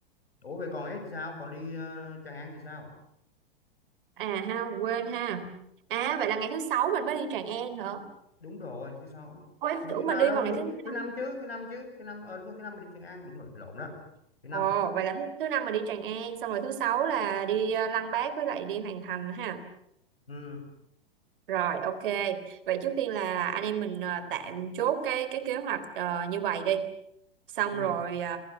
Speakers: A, on the left (about 85°); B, on the right (about 65°).
A: ủa vậy còn ấy thì sao còn đi ờ, Tràng An thì sao
B: À ha, quên ha. À vậy là ngày thứ sáu mình mới đi Tràng An hả?
A: đúng rồi thứ sáu
B: Ôi em
A: thứ
B: tưởng
A: nào
B: mình đi
A: đâu
B: vào ngày
A: thứ
B: thứ
A: thứ
B: năm.
A: năm chứ thứ năm chứ thứ năm ờ đúng rồi thứ năm mình đi Tràng An đúng rồi lộn đó thứ năm
B: Ồ, vậy là thứ, thứ năm mình đi Tràng An, xong rồi thứ sáu là đi ờ, Lăng Bác với lại đi Hoàng Thành ha.
A: ừ
B: Rồi, ok. Vậy trước tiên là anh em mình ờ, tạm chốt cái cái kế hoạch ờ, như vậy đi. Xong
A: ừ
B: rồi ờ,